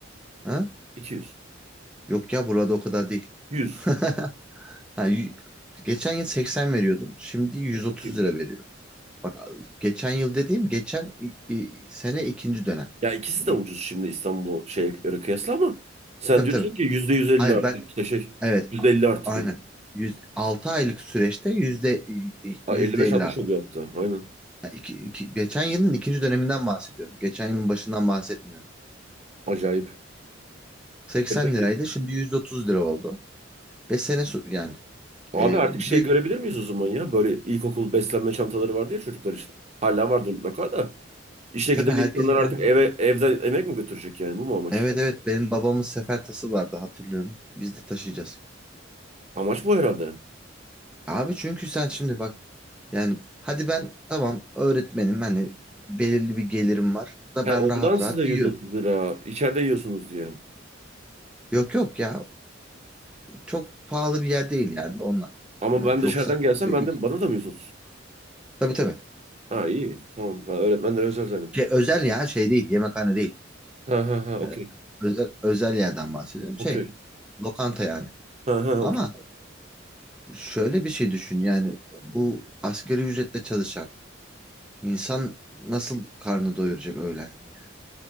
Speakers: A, in the centre; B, on the right.
A: Ha?
B: iki yüz
A: Yok ya burada o kadar değil.
B: yüz
A: <laughs> Ha, y- geçen yıl 80 veriyordum. Şimdi 130
B: E, çok iyiymiş.
A: lira veriyorum. Bak geçen yıl dediğim geçen i- i- sene ikinci dönem
B: Ya ikisi
A: diyeyim.
B: de ucuz şimdi İstanbul'a şeye göre kıyasla ama sen Evet.
A: Tabii
B: diyorsun
A: tabii.
B: ki %150
A: Hayır
B: arttı
A: ben
B: işte şey
A: evet
B: %50
A: a-
B: arttı
A: aynen.
B: diyor.
A: 6 aylık süreçte yüzde
B: Ha,
A: yüzde
B: elli beş
A: 50
B: altmış
A: arttı.
B: oluyor hatta. Aynen.
A: Yani iki- iki- geçen yılın ikinci döneminden bahsediyorum. Geçen yılın başından bahsetmiyorum.
B: Acayip.
A: 80
B: E peki
A: liraydı şimdi 130 lira oldu. Ve sene so- yani
B: abi
A: e,
B: artık şey
A: büyük
B: görebilir miyiz o zaman ya? Böyle ilkokul beslenme çantaları vardı ya çocuklar için. Hala vardır mutlaka da. İşe
A: E, tabii
B: giden
A: herkes
B: insanlar
A: kendi.
B: artık eve evden yemek mi götürecek yani? Bu mu amaç?
A: Evet evet benim babamın sefer tası vardı hatırlıyorum. Biz de taşıyacağız.
B: Amaç bu herhalde.
A: Abi çünkü sen şimdi bak yani hadi ben tamam öğretmenim hani belirli bir gelirim var da
B: He,
A: ben
B: ondan
A: rahat
B: size
A: rahat
B: 130
A: yiyorum.
B: lira. İçeride yiyorsunuz diye.
A: Yok yok ya. Çok pahalı bir yer değil yani onunla.
B: Ama
A: Evet,
B: ben dışarıdan
A: yoksa
B: gelsem
A: tabii
B: ben de bana da mı 130?
A: tabii.
B: Ha iyi. Tamam. Ben öğretmenlere özel zannettim.
A: Şey, özel ya şey değil yemekhane değil.
B: Ha ha ha okey.
A: Ee, özel, özel yerden bahsediyorum.
B: Okey.
A: Şey lokanta yani.
B: Ha ha
A: Ama
B: okey.
A: şöyle bir şey düşün yani bu asgari ücretle çalışan insan nasıl karnı doyuracak öğlenliği yani.